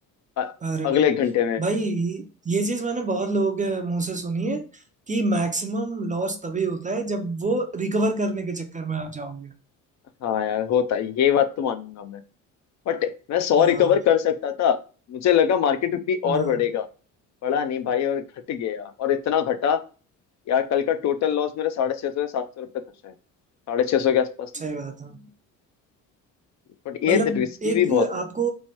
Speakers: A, on the left (about 50°); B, on the right (about 25°).
A: अ-
B: अरे भाई
A: अगले एक घंटे में
B: भाई ये चीज मैंने बहुत लोगों के मुंह से सुनी है कि मैक्सिमम लॉस तभी होता है जब वो रिकवर करने के चक्कर में आ जाओगे
A: हाँ यार होता है ये बात तो मानूंगा मैं बट मैं सौ
B: हाँ
A: रिकवर कर सकता था मुझे लगा मार्केट भी
B: हाँ
A: और बढ़ेगा बढ़ा नहीं भाई और घट गया और इतना घटा यार कल का टोटल लॉस मेरा साढ़े छह सौ या सात सौ रुपये था शायद साढ़े छह सौ के आसपास
B: सही बात है
A: बट ये
B: मतलब
A: रिस्की
B: एक
A: भी बहुत
B: आपको
A: है